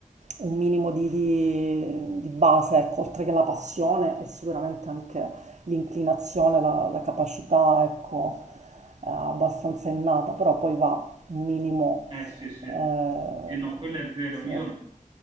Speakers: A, on the right; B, on the right.
A: un minimo di, di- di base, ecco, oltre che la passione e sicuramente anche l'inclinazione, la, la capacità, ecco, eh, abbastanza innata, però poi va un minimo...
B: Eh sì, sì.
A: eh,
B: E no, quello è vero.
A: sì.
B: Io,